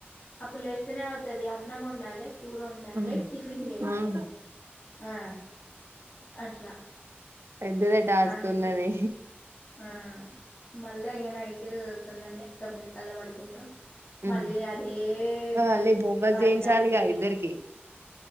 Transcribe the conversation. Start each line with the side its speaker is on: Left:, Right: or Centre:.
Left: అప్పులేస్తేనే తది అన్నం వండాలె. కూర ఉండాలి
Right: హ్మ్
Left: టిఫిన్ చేయాలి
Right: హ్మ్
Left: ఆ అట్లా
Right: పెద్దదే టాస్క్
Left: అందుకే
Right: ఉన్నది
Left: ఆ మళ్ళా ఏనై <unintelligible> తొమ్మిది కల్ల పడుకుంటం
Right: హ్మ్
Left: మళ్ళీ అదే ప్రాసెస్
Right: మళ్ళీ హోంవర్క్
Left: ఫైవ్
Right: చేయించాలిగా
Left: థర్టీ
Right: ఇద్దరికి